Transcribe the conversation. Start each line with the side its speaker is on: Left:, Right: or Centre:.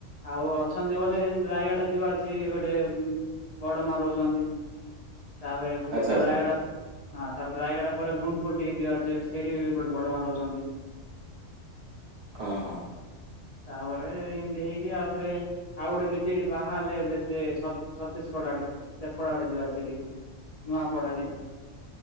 Left: ଆଉ ଅଛନ୍ତି ବୋଲ ରାୟଗଡ଼ା ଯିବାର ଅଛି ଗୋଟେ ବଡ ମା ରହୁଚନ୍ତି। ତାପରେ ରାୟଗଡା
Right: ଆଚ୍ଛା ଆଚ୍ଛା
Left: ହଁ ତାପରେ ରାୟଗଡା ପରେ ଗୁ <unintelligible> ଟିକେ ଯିବାର ଅଛି ସେଇଠି ବି ଗୋଟେ ବଡ ମା ରହୁଚନ୍ତି।
Right: ଅ ହଁ।
Left: ତାପରେ ଏନ୍ତି ହେଇକି ଆଉଥରେ ଆଉ ଗୋଟେ ଦିଦିଟି ବାହା ହେଲେ ଏବେ ସେ ଛତିଶଗଡ ଆଡେ ସେପଟ ଆଡେ ଯିବାର ଅଛି ଟିକେ। ନୂଆପଡ଼ା ଡିଷ୍ଟି।